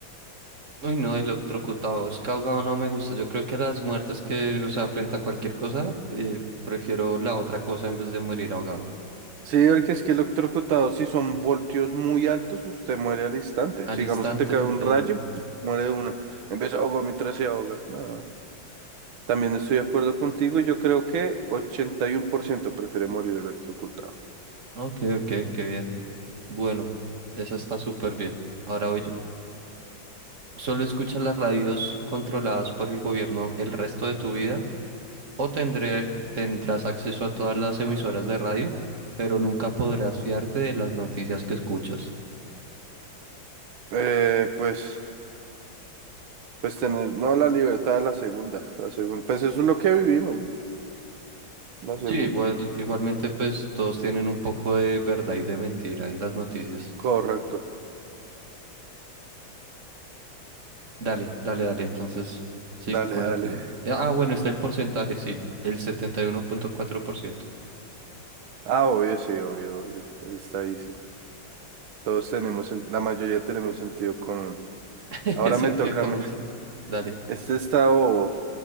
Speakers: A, on the right (about 40°); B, on the right (about 80°).
A: Uy, no, electrocutado, es ahogado no me gusta. Yo creo que las muertes que, o sea, frente a cualquier cosa, eh, prefiero la otra cosa en vez de morir ahogado.
B: Sí, porque es que electrocutado, si son voltios muy altos, usted muere al instante.
A: Al
B: Si,
A: instante
B: digamos, se te cae un
A: de
B: rayo,
A: un.
B: <smacks lips> muere de una. Empieza a ahogar mientras se ahoga. No. También estoy de acuerdo contigo. Yo creo que 81% prefiere morir electrocutado.
A: Ok, ok, qué bien. Bueno, esa está súper bien. Ahora voy yo. ¿Solo escuchas las radios controladas por el gobierno el resto de tu vida? ¿O tendré, tendrás acceso a todas las emisoras de radio, pero nunca podrás fiarte de las noticias que escuchas?
B: Eh, pues Pues tener, no la libertad, la segunda, la segunda. Pues eso es lo que vivimos, ¿no? La segunda.
A: Sí, igual, igualmente pues todos tienen un poco de verdad y de mentira en las noticias.
B: Correcto.
A: Dale, dale, dale, entonces sigue
B: Dale,
A: con
B: dale.
A: la tuya. Eh, Ah, bueno, está el porcentaje, sí, el setenta y uno punto cuatro por ciento
B: Ah, obvio, sí, obvio, obvio. Eso Está ahí, sí. Todos tenemos, sen- la mayoría tenemos sentido común.
A: <laughs>
B: Ahora
A: Sentía
B: me toca
A: como
B: a mí.
A: sí. Dale,
B: Este está bobo.